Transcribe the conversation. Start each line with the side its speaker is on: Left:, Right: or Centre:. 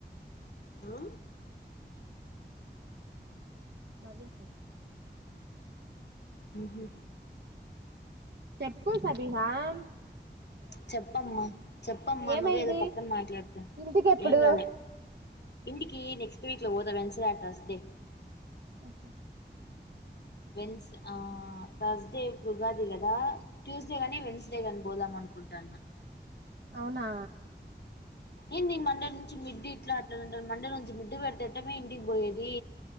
Left: ఆ
Right: భవ్యక్
Left: ఊహు
Right: చెప్పు సబీహాం
Left: చెప్పమ్మా చెప్పమ్మా
Right: ఏమైంది
Left: నువ్వే ఏదో పక్కన మాట్లాడతు
Right: ఇంటికెప్పుడు
Left: ఏం కాల ఇంటికి నెక్స్ట్ వీక్ లో పోదా వెన్స్డే ఆర్ తర్స్డే
Right: ఓహ
Left: వెన్స్ ఆ థర్స్డే ఉగాది గదా ట్యూస్డేగాని వెన్స్డే గాని బోదామ్మన్ కుంటాన
Right: అవునా
Left: ఏంది మండే నుంచి మిడ్ ఇట్లా అట్లా అంటా మండే నుంచి మిడ్డ్ ఎట్టమే ఇంటికి బొయేది